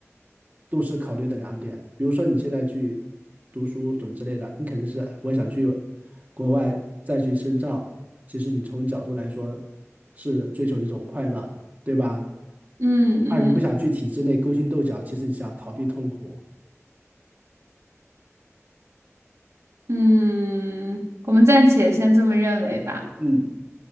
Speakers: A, on the right (about 35°); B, on the right (about 85°).
A: 都是考虑的两点。比如说你现在去读书什么之类的，你肯定是我想去国外再去深造，其实你从角度来说是追求一种快乐，对吧？
B: 嗯嗯
A: 二，你不想去体制内勾心斗角，其实你想逃避痛苦。
B: 嗯，嗯我们暂且先这么认为吧。
A: 嗯，